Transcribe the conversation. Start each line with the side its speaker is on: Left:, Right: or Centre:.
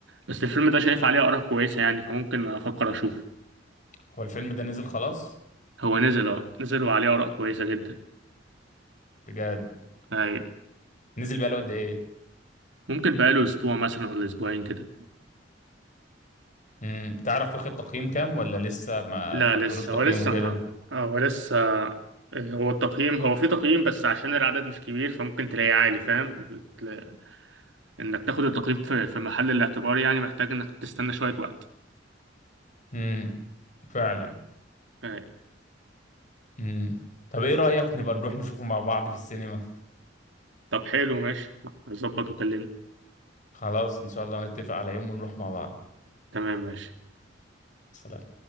Right: بس الفيلم ده شايف عليه اراء كويسه يعني فممكن افكر اشوفه
Left: هو الفيلم ده نزل خلاص
Right: هو نزل اه نزل وعليه اراء كويسه جدا
Left: بجد
Right: اي
Left: نزل بقاله قد ايه
Right: ممكن بقاله اسبوع مثلا ولا اسبوعين كده
Left: امم تعرف واخد تقييم كام ولا لسه ما
Right: لا
Left: اتحطلوش
Right: لسه
Left: تقييم
Right: هو لسه
Left: وكده
Right: ما- هو لسه هو التقييم هو في تقييم بس عشان العدد مش كبير فممكن تلاقيه عالي فاهم تلا- انك تاخد التقييم في في محل الاعتبار يعني محتاج انك تستنى شوية وقت
Left: امم فعلا
Right: أي.
Left: امم طب ايه رأيك نبقى نروح نشوفه مع بعض في السينما
Right: طب حلو ماشي هظبط وكلمني
Left: خلاص ان شاء الله نتفق على يوم ونروح مع بعض
Right: تمام ماشي
Left: سلام